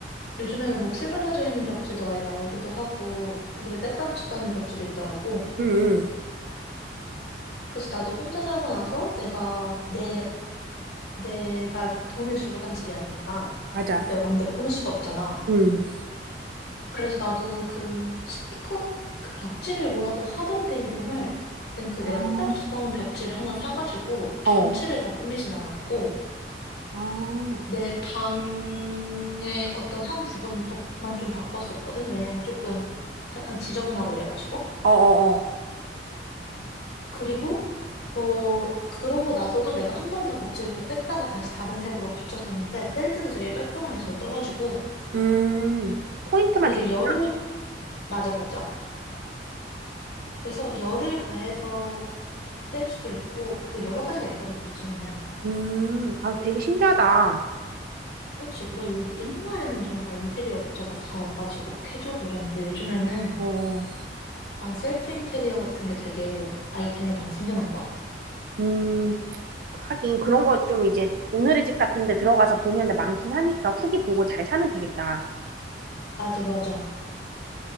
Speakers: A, on the left; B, on the right.
A: 요즘에는 뭐 풀 발라져 있는 벽지도 아예 나오기도 하고, 우리가 뗐다 붙였다는 벽지도 있더라고.
B: 응, 응.
A: 그래서 나도 혼자 살고 나서 내가, 내, 내가 돈을 주고 산 집이 아니니까
B: 맞아.
A: 내가 맘대로 꾸밀 수가 없잖아.
B: 응.
A: 그래서 나도 그 스티커? 그 벽지를 뭐라고 하던데 이름을, 아무튼 그
B: 아,
A: 내가 뗐다 붙였다는 벽지를 하나 사가지고 전체를
B: 어.
A: 다 꾸미진 않았고,
B: 아.
A: 내 방의 어떤 한 부분 벽만 좀 바꿨었거든. 왜냐하면 조금 약간 지저분하고 이래가지고.
B: 어어어.
A: 그리고 뭐 그러고 나서도 내가 한 번 더 벽지를 덧뗐다가 다시 다른 색으로 붙였었는데 뗄 때도 되게 깔끔하게 잘 떨어지고
B: 음, 포인트만
A: 그게
B: 줬고.
A: 열을 맞아 맞아. 그래서 열을 가해서 뗄 수도 있고 그 여러 가지가 있더라고 요즘에는.
B: 음, 아, 되게 신기하다.
A: 그렇지. 그리고 요- 옛날에는 정말 인테리어 업자가 다 와가지고 막 해주고 이랬는데 요즘에는
B: 어,
A: 약간 셀프 인테리어 같은 게 되게 아이템이 많이 생겨난 것 같아.
B: 음, 하긴 그런 거 좀 이제 오늘의 집 같은 데 들어가서 보면 많긴 하니까 후기 보고 잘 사면 되겠다.
A: 맞아 맞아.